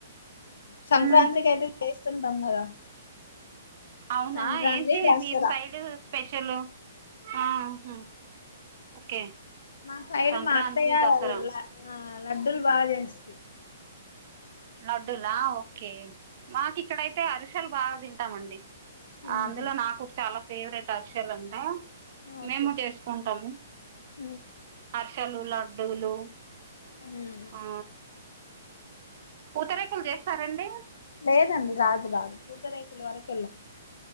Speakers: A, on the left (about 80°); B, on the right (about 35°).
A: సంక్రాంతికి
B: ఉమ్
A: అయితే చేస్తుంటాం కదా
B: అవునా
A: సంక్రాంతి
B: ఏంటి
A: దసరా
B: మీ సైడ్ స్పెషల్ ఉహు ఓకే
A: మా సైడ్
B: సంక్రాంతి
A: మా అత్తయ్య
B: దసరా
A: ల ఆ లడ్డూలు బాగా చేస్తది
B: లడ్డులా ఓకే మాకు ఇక్కడైతే అరిసలు బాగా తింటామండి
A: ఉహు
B: అందులో నాకు చాలా ఫేవరెట్ అర్షలు అంటె
A: ఓకే
B: మేము చేసుకుంటాము
A: ఉమ్
B: అరిసలు లడ్డూలు
A: హ్మ్
B: ఆ పూతరేకులు చేస్తారండి
A: లేద అండి రాదు రాదు పూతారేకుల్ వరకు